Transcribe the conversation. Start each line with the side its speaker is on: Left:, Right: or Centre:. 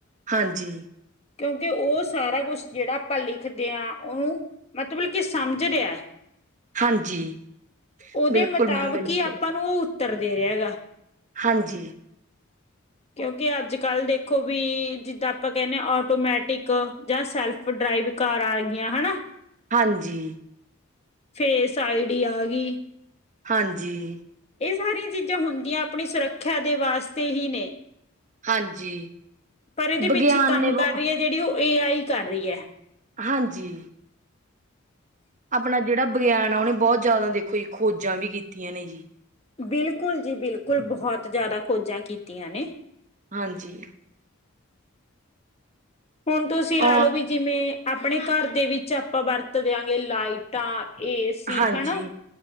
Right: ਹਾਂਜੀ।
Left: ਕਿਉਂਕਿ ਉਹ ਸਾਰਾ ਕੁਛ ਜੇੜਾ ਆਪਾਂ ਲਿਖਦੇ ਆ ਉਹਨੁ ਮਤਬਲ ਕੀ ਸਮਝ ਰਿਆ।
Right: ਹਾਂਜੀ,
Left: ਉਦੇ
Right: ਬਿਲਕੁਲ
Left: ਮੁਤਾਬਿਕ
Right: ਮੈਮ ਬਿਲਕੁਲ।
Left: ਈ ਆਪਾਂ ਨੂੰ ਉਹ ਉੱਤਰ ਦੇ ਰਿਆ ਹੈਗਾ।
Right: ਹਾਂਜੀ।
Left: ਕਿਉਂਕਿ ਅੱਜ ਕੱਲ ਦੇਖੋ ਵੀ ਜਿੱਦਾਂ ਆਪਾਂ ਕਹਿੰਦੇਾਂ ਆਟੋਮੈਟਿਕ ਜਾਂ ਸੈਲਫ ਡਰਾਈ <unintelligible> ਘਰ ਆ ਗੀਆਂ ਹੈਨਾ।
Right: ਹਾਂਜੀ।
Left: ਫੇਸ ਆਈਡੀ ਆ ਡੀ।
Right: ਹਾਂਜੀ।
Left: ਏ ਸਾਰੀਆਂ ਚੀਜ਼ਾਂ ਹੁੰਦੀਆਂ ਅਪਣੀ ਸੁਰੱਖਿਆ ਦੇ ਵਾਸਤੇ ਹੀ ਨੇ।
Right: ਹਾਂਜੀ।
Left: ਪਰ ਇਦੇ ਪਿੱਛੇ
Right: ਵਿਗਿਆਨ
Left: ਕੰਮ
Right: ਨੇ
Left: ਕਰ
Right: ਬ
Left: ਰਈ ਐ ਜੇੜੀ ਉਹ ਏ ਆਈ ਕਰ ਰਈ ਐ।
Right: ਹਾਂਜੀ। ਅਪਣਾ ਜੇੜਾ ਵਿਗਿਆਨ ਆ ਉਹਨੇ ਬਹੁਤ ਜ਼ਿਆਦਾ ਦੇਖੋ ਜੀ ਖੋਜਾਂ ਵੀ ਕੀਤੀਆਂ ਨੇ ਜੀ।
Left: ਬਿਲਕੁਲ ਜੀ ਬਿਲਕੁਲ ਬਹੁਤ ਜ਼ਿਆਦਾ ਖੋਜਾਂ ਕੀਤੀਆਂ ਨੇ।
Right: ਹਾਂਜੀ,
Left: ਹੁਣ ਤੁਸੀਂ ਲਾ
Right: ਅ
Left: ਲਓ ਵੀ ਜਿਵੇਂ ਆਪਣੇ ਘਰ ਦੇ ਵਿੱਚ ਆਪਾਂ ਵਰਤ ਦਿਆਂਗੇ ਲਾਈਟਾਂ। ਏ ਸੀ
Right: ਹਾਂਜੀ,
Left: ਹੈ ਨਾ।